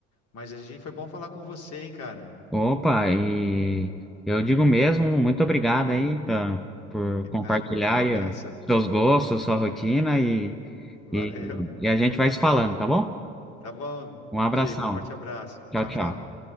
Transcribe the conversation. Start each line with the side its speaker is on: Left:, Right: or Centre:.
Left: Mas a gente foi bom falar com você, hein, cara?
Centre: Opa, e eu digo mesmo, muito obrigado aí tá, por
Left: E nada,
Centre: compartilhar
Left: vamos
Centre: aí,
Left: nessa.
Centre: ó, seus gostos, sua rotina e,
Left: Valeu.
Centre: e, e a gente vai se falando, tá bom?
Left: Tá bom,
Centre: Um abração.
Left: Diego. Um Forte abraço.
Centre: Tchau,
Left: Tchau,
Centre: tchau.
Left: tchau.